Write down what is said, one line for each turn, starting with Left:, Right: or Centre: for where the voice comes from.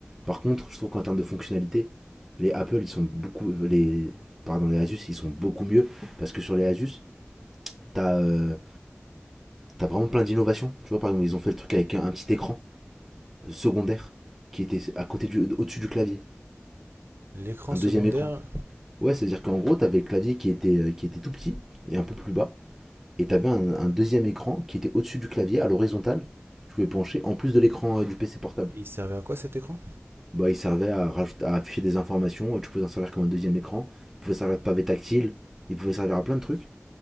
Centre: Par contre, je trouve qu'en termes de fonctionnalité, les Apple ils sont beaucoup les pardon les Asus ils sont beaucoup mieux parce que sur les Asus t'as euh, t'as vraiment plein d'innovations. Tu vois par exemple ils ont fait le truc avec un, un petit écran secondaire qui était à côté du, au-dessus du clavier,
Right: L'écran
Centre: un
Right: secondaire,
Centre: deuxième écran. Ouais, c'est-à-dire qu'en gros, t'avais le clavier qui était, euh, qui était tout petit et un peu plus bas, et t'avais un, un deuxième écran qui était au-dessus du clavier, à l'horizontale. Tu pouvais pencher en plus de l'écran euh, du PC portable.
Right: il servait à quoi cet écran
Centre: Bah, il servait à, à afficher des informations, euh, tu pouvais en servir comme un deuxième écran, il pouvait servir de pavé tactile, il pouvait servir à plein de trucs.